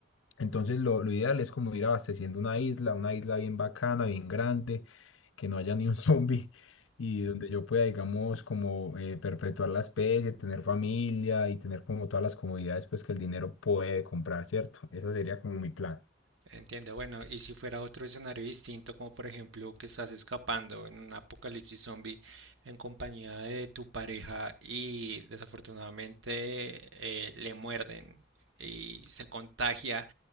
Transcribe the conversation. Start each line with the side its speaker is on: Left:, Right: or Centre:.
Left: Entonces lo, lo ideal es como ir abasteciendo una isla, una isla bien bacana, bien grande, que no haya ni un <laughs> zombie y donde yo pueda, digamos, como eh, perpetuar la especie, tener familia y tener como todas las comodidades pues que el dinero puede comprar, ¿cierto? Ese sería como mi plan.
Right: Entiendo, bueno, y si fuera otro escenario distinto, como por ejemplo que estás escapando en un apocalipsis zombie en compañía de tu pareja y desafortunadamente eh, le muerden y se contagia,